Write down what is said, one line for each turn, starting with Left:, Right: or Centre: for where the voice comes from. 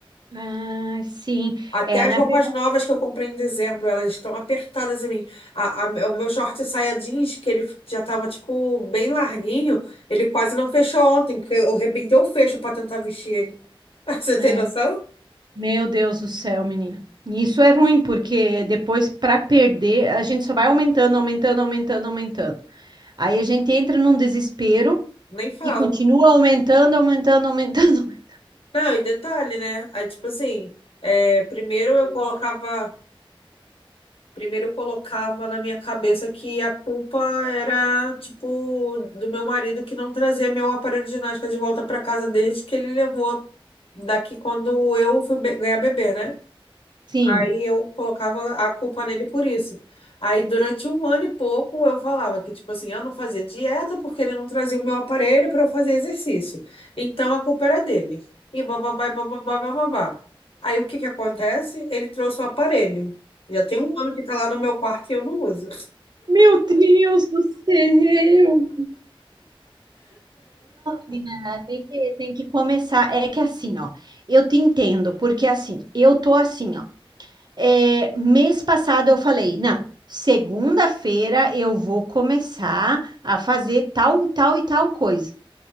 Right: Ah, sim.
Left: Até
Right: É,
Left: as
Right: na
Left: roupas
Right: verdade.
Left: novas que eu comprei em dezembro, elas estão apertadas em mim. A, a- o meu short saia jeans, que ele já tava, tipo, bem larguinho, ele quase não fechou ontem, que eu arrebentei o fecho pra tentar vestir ele. <laughs> Você tem
Right: é.
Left: noção?
Right: Meu Deus do céu, menina. E Isso é ruim, porque depois, para perder, a gente só vai aumentando, aumentando, aumentando, aumentando. Aí a gente entra num desespero
Left: Nem falo.
Right: e continua aumentando, aumentando, aumentando. <laughs>
Left: Não, e detalhe, né? Aí, tipo assim, é, primeiro eu colocava. Primeiro eu colocava na minha cabeça que a culpa era, tipo, do meu marido que não trazia meu aparelho de ginástica de volta para casa desde que ele levou daqui quando eu fui be- ganhar bebê, né?
Right: Sim.
Left: Aí eu colocava a culpa nele por isso. Aí durante um ano e pouco eu falava que, tipo assim, eu não fazia dieta porque ele não trazia o meu aparelho para eu fazer exercício. Então a culpa era dele. E bababá, e bababá, e bababá. Aí o que que acontece? Ele trouxe o aparelho. Já tem um ano que tá lá no meu quarto e eu não uso.
Right: Meu Deus do céu! Menina, tem que, tem que começar. É que assim, ó, eu te entendo, porque assim, eu tô assim, ó. É, mês passado eu falei, não, segunda-feira eu vou começar a fazer tal, e tal e tal coisa.